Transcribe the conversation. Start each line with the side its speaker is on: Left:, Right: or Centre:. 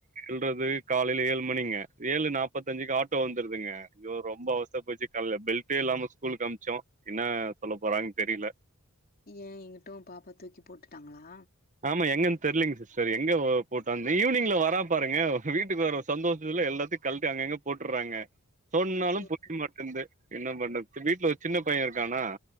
Right: எல்றது காலைல ஏழு மணிங்க ஏழு நாப்பத்தஞ்சிக்கு ஆட்டோ வந்துடுதுங்க ஐயோ ரொம்ப அவஸ்த்தயா போயச்சி கால்ல பெல்டே இல்லாம ஸ்கூலுக்கு அம்சோ என்ன சொல்ல போறாங்கன்னு தெரில
Left: ஏயே எங்குட்டு பாப்பா தூக்கி போட்டுட்டாங்களா
Right: ஆமா எங்கன்னு தெரிலீங்க சிஸ்டர் எங்க போட்டான்னு ஈவ்னிங்ல வரா பாருங்க வீட்டுக்கு வர சந்தோஷத்துல எல்லாத்தியு கல்டி அங்க அங்க போட்டுட்றாங்க சொன்னாலு
Left: ம்
Right: புரிய மாட்டுன்து என்ன பண்றது வீட்ல ஒரு சின்ன பைய இருக்கானா